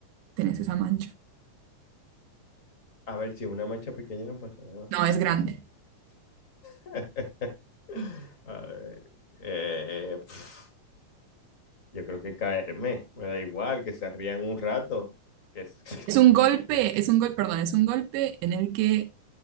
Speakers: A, on the right; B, on the left.
A: tenés esa mancha.
B: A ver, si es una mancha pequeña no pasa nada.
A: No, es grande.
B: <laughs> A ver. eh, pf, yo creo que caerme, me da igual, que se rían un rato. Que... s- <laughs>
A: Es un golpe, es un gol, perdón, es un golpe en el que